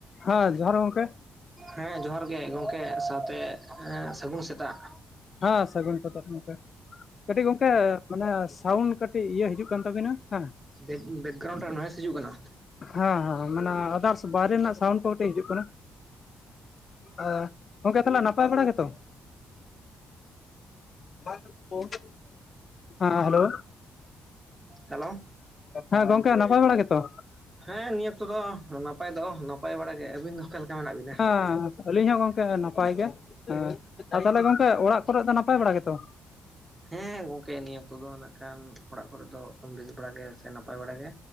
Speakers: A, on the left (about 50°); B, on the right (about 20°).
A: ᱦᱟᱸ ᱡᱚᱦᱟᱨ ᱜᱚᱢᱠᱮ᱾
B: ᱦᱮᱸ ᱡᱚᱦᱟᱨ ᱜᱮ ᱜᱚᱢᱠᱮ ᱥᱟᱶᱛᱮ ᱮᱸ ᱥᱟᱹᱜᱩᱱ ᱥᱮᱛᱟᱜ᱾
A: ᱦᱟ ᱥᱟᱹᱜᱩᱱ ᱥᱮᱛᱟᱜ ᱜᱚᱢᱠᱮ᱾ ᱠᱟᱹᱴᱤᱡ ᱜᱚᱝᱠᱮ ᱢᱟᱱᱮ ᱥᱟᱣᱩᱱᱰ ᱠᱟᱹᱴᱤᱡ ᱤᱭᱟᱹ ᱦᱤᱡᱩᱜ ᱠᱟᱱ ᱛᱟᱵᱮᱱᱟ ᱦᱮᱸ
B: ᱵᱮᱠᱼᱵᱮᱠᱜᱨᱩᱱᱰ ᱱᱚᱣᱮᱥ ᱦᱤᱡᱩᱜ ᱠᱟᱱᱟ᱾
A: ᱦᱟᱸ ᱦᱟᱸᱸ ᱢᱟᱱᱮ ᱟᱫᱟᱨᱥ ᱵᱟᱨᱮ ᱨᱮᱱᱟᱜ ᱥᱟᱣᱩᱱᱰ ᱠᱩ ᱠᱟᱹᱴᱤᱡ ᱦᱤᱡᱩᱜ ᱠᱟᱱᱟ᱾ ᱟᱸᱼ ᱜᱚᱝᱠᱮ ᱛᱟᱦᱞᱮ ᱱᱟᱯᱟᱭ ᱵᱟᱲᱟ ᱜᱮᱛᱚ᱾ ᱦᱮᱸ ᱦᱮᱞᱳ-
B: ᱦᱮᱞᱳᱼ
A: ᱦᱮᱸ ᱜᱚᱝᱠᱮ ᱱᱟᱯᱟᱭ ᱵᱟᱲᱟ ᱜᱮ ᱛᱚ᱾
B: ᱦᱮᱸ ᱱᱤᱭᱟᱹ ᱚᱠᱛᱚ ᱫᱚ ᱱᱟᱯᱟᱭ ᱫᱚ ᱱᱟᱯᱟᱭ ᱵᱟᱲᱟ ᱜᱮ ᱟᱵᱤᱱ ᱫᱚ ᱚᱠᱟ ᱞᱮᱠᱟ ᱢᱮᱱᱟᱜ ᱵᱤᱱᱟ᱾
A: ᱦᱮ ᱟᱹᱞᱤᱧ ᱦᱚᱸ ᱜᱚᱝᱠᱮ ᱱᱟᱯᱟᱭ ᱜᱮ ᱦᱮᱸ ᱛᱟᱦᱚᱞᱮ ᱜᱚᱝᱠᱮ ᱚᱲᱟᱜ ᱠᱚᱨᱮ ᱫᱚ ᱱᱟᱯᱟᱭ ᱵᱟᱲᱟ ᱜᱮ ᱛᱚ᱾
B: ᱦᱮᱸ ᱜᱚᱝᱠᱮ ᱱᱤᱭᱟᱹ ᱠᱩᱛᱚ ᱫᱚ ᱱᱟᱜ ᱠᱷᱟᱱ ᱚᱲᱟᱜ ᱠᱚᱨᱮᱜ ᱫᱚ ᱵᱮᱥ ᱵᱟᱲᱟᱜ ᱜᱮ ᱥᱮ ᱱᱟᱯᱟᱭ ᱵᱟᱲᱟᱜ ᱜᱮ᱾